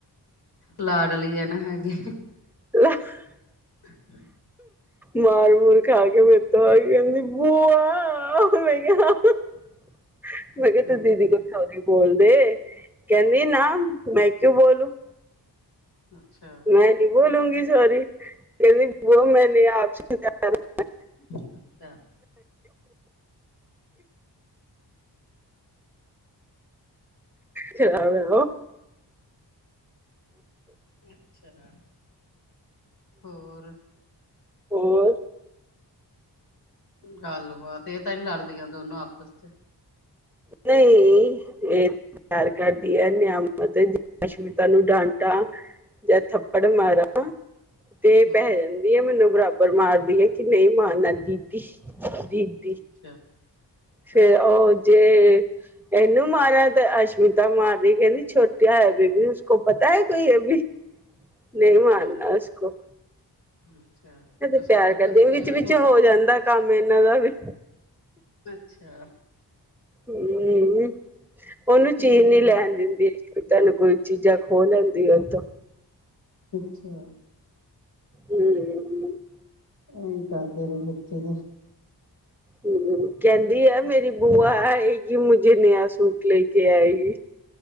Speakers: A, on the left (about 65°); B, in the centre.
A: ਲਾਡਲੀ ਆ ਨਾ ਹੈਗੀ
B: ਲ <unintelligible>
A: ਠ
B: ਮਾਰ ਮੂਰ ਖਾ ਕੇ ਮੇਰੇ ਤੋਂ ਆ ਕਹਿੰਦੀ ਬੂਆ ਮੈਂ ਕਿਹਾ <unintelligible> ਹ <inaudible> ਮੈਂ
A: ਹੂੰ
B: ਕਿਹਾ ਤੂੰ ਦੀਦੀ ਕੇ ਸਾਧ ਨੀ ਬੋਲਦੇ ਕਹਿੰਦੀ ਨਾ ਮੈਂ ਕਿਉਂ ਬੋਲੂ
A: ਅੱਛਾ
B: ਮੈਂ ਨਹੀਂ ਬੋਲੂੰਗੀ ਸੋਰੀ ਕਹਿੰੋ ਮੈਂ ਆਪ <unintelligible>
A: ਅੱਛਾ <unintelligible>
B: ਛ <unintelligible>
A: ਅੱਛਾ ਹੋਰ
B: ਹੋਰ
A: ਗੱਲ ਬਾਤ ਇਹ ਤਾਂ ਨੀ ਲੜਦੀਆਂ ਦੋਨੋ ਆਪਸ ਚ
B: ਨਹੀਂ ਤਿਆਰ ਕਰਦੀ ਹੈ ਨਿਆਮਤ ਅਸ਼ਮਿਤਾ ਨੂੰ ਡਾਂਟਾ ਜਾਂ ਥੱਪੜ ਮਾਰਾ ਤੇ
A: ਹੂੰ-ਹੂੰ-ਹੂੰ
B: ਪੈ ਜਾਂਦਾ ਏਹੀ ਮੈਨੂੰ ਬਰਾਬਰ ਮਾਰਦੀ ਹੈ ਕਿ ਨਹੀਂ ਮਾਰਨਾ ਦੀਦੀ ਦੀ
A: ਅੱਛਾ ਚਲੋ
B: ਫੇਰ
A: ਵਧੀਆ
B: ਉਹ ਜੇ ਇਹਨੂੰ ਮਾਰਾ ਤੇ ਅਸ਼ਮਿਤਾ ਮਾਰਦੀ ਕਹਿੰਦੀ ਛੋਟਿਆ ਹੈ ਬੀਬੀ ਉਸ ਕੋ ਪਤਾ ਹੈ ਕੋਈ ਇਹ ਵੀ ਨਈ
A: ਅੱਛਾ
B: ਮਾਰਨਾ ਉਸਕੋ
A: ਅੱਛਾ
B: ਇਹ ਤੇ
A: ਤੁਸੀਂ
B: ਪਿਆਰ
A: ਕੁੱਟ
B: ਕਰਦੇ
A: ਦਿੰਦੇ
B: ਵਿੱਚ
A: ਆ ਇਹਨਾਂ
B: ਵਿਚ
A: ਨੂੰ
B: ਹੋ ਜਾਂਦਾ ਕੰਮ ਇਹਨਾਂ ਦਾ ਵੀ
A: ਅੱਛਾ
B: ਹੁ ਉਹਨੂੰ ਚੀਜ
A: ਹੂੰ
B: ਨੀ ਲੈਣ ਦਿੰਦੀ ਤੁਹਾਨੂੰ ਕੋਈ ਚੀਜ਼ਾਂ ਖੋਹ ਲੈਂਦੀ ਉਥੋਂ
A: ਅੱਛਾ
B: ਹੁ
A: <inaudible>
B: ਹਮ, ਕਹਿੰਦੀ ਆ ਮੇਰੀ ਬੂਆ ਆਏਗੀ ਮੁਝੇ ਨਯਾ ਸੂਟ ਲੈ ਕੇ ਆਏਗੀ